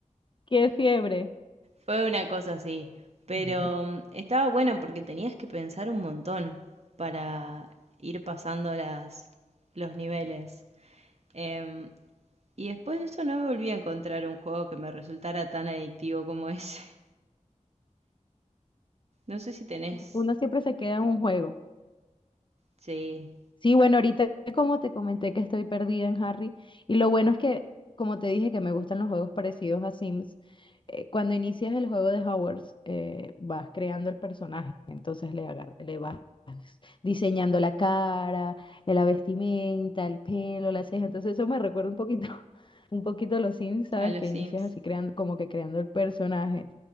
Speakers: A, on the left; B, on the right.
A: Qué fiebre.
B: Fue una cosa así, pero
A: <laughs>
B: mm, estaba bueno porque tenías que pensar un montón para ir pasando las, los niveles. Em, y después de eso no volví a encontrar un juego que me resultara tan adictivo como ese. <laughs> No sé si tenés.
A: Uno siempre se queda en un juego.
B: Sí,
A: Sí, bueno, ahorita como te comenté que estoy perdida en Harry, y lo bueno es que, como te dije, que me gustan los juegos parecidos a Sims, eh, cuando inicias el juego de Hogwarts, eh, vas creando el personaje, entonces le, agar- le vas diseñando la cara, eh, la vestimenta, el pelo, las cejas, entonces eso me recuerda un poquito, <laughs> un poquito a los Sims, ¿sabes?
B: a los
A: Que inicias
B: Sims.
A: así creando, como que creando el personaje.